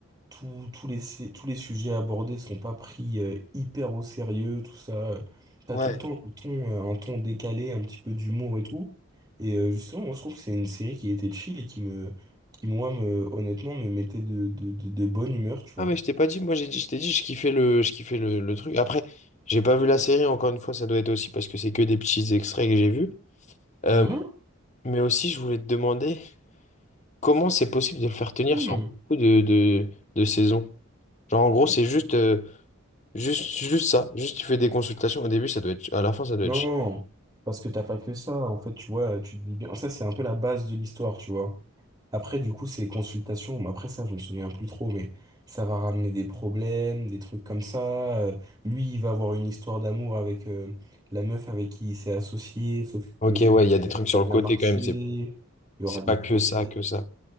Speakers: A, on the right; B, on the left.
A: Tous, tous les, sé- tous les sujets abordés sont pas pris euh, hyper au sérieux, tout ça. euh. T'as
B: Ouais.
A: tout le temps un ton, euh, un ton décalé, un petit peu d'humour et tout. Et euh, justement, moi, je trouve que c'est une série qui était chill et qui me... qui, moi, me... honnêtement, me mettait de, de, de, de bonne humeur, tu vois.
B: Ah, mais je t'ai pas dit, moi j'ai dit, je t'ai dit, je kiffais le, je kiffais le, le truc. Après, j'ai pas vu la série, encore une fois, ça doit être aussi parce que c'est que des petits extraits que j'ai vus. Euh,
A: Hmm
B: mais aussi, je voulais te demander comment c'est possible de le faire tenir
A: Hmm.
B: sur beaucoup de, de, de saisons. Genre, en gros, c'est juste, euh, juste, juste ça. Juste, tu fais des consultations. Au début, ça doit être, à la fin, ça doit
A: Non,
B: être. ch-
A: parce que t'as pas que ça. En fait, tu vois, tu te dis bien... Ça, c'est un peu la base de l'histoire, tu vois. Après, du coup, ces consultations, bon, après ça, je me souviens plus trop, mais ça va ramener des problèmes, des trucs comme ça. Euh, lui, il va avoir une histoire d'amour avec euh, la meuf avec qui il s'est associé, sauf
B: Ok,
A: que ça
B: ouais, il y a des
A: va
B: trucs sur
A: pas bien
B: le côté
A: marcher,
B: quand même. C'est,
A: il y
B: c'est
A: aura des
B: pas
A: problèmes.
B: que ça, que ça.